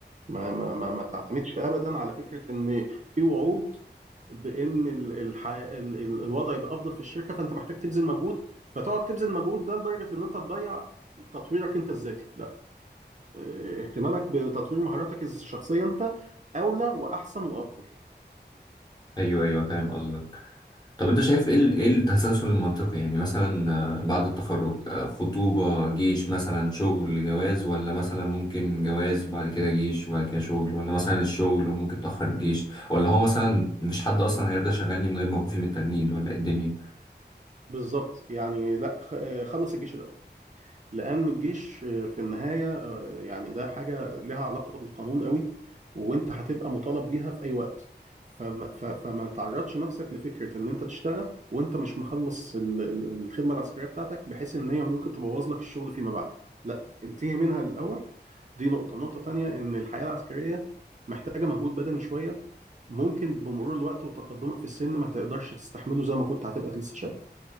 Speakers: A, on the right; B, on the left.
A: ما ما ما, ما تعتمدش ابدا على فكره ان في وعود بان ال- الح... ال... ال... الوضع يبقى افضل في الشركه فانت محتاج تبذل مجهود فتقعد تبذل مجهود ده لدرجه ان انت تضيع تطويرك انت الذاتي لا اه، اهتمامك بتطوير مهاراتك الشخصيه انت اولى واحسن وافضل
B: ايوه ايوه فاهم قصدك طب انت شايف ايه ال- ايه التسلسل المنطقي يعني مثلا آه، بعد التخرج آه، خطوبة جيش مثلا شغل جواز ولا مثلا ممكن جواز وبعد كده جيش وبعد كده شغل ولا مثلا الشغل وممكن تأخر الجيش ولا هو مثلا مفيش حد اصلا هيرضى يشغلني من غير موقفي من التجنيد ولا ايه الدنيا
A: بالظبط يعني لا خ- آه، خلص الجيش الاول لان الجيش آه، في النهايه آه، يعني ده حاجه لها علاقه بالقانون قوي وانت هتبقى مطالب بيها في اي وقت فما, ف- فما تعرضش نفسك لفكره ان انت تشتغل وانت مش مخلص ال- ال- الخدمه العسكريه بتاعتك بحيث ان هي ممكن تبوظ لك الشغل فيما بعد لا انتهي منها الاول دي نقطه نقطه تانية ان الحياه العسكريه محتاجه مجهود بدني شويه ممكن بمرور الوقت وتقدمك في السن ما تقدرش تستحمله زي ما كنت هتبقى لسه شاب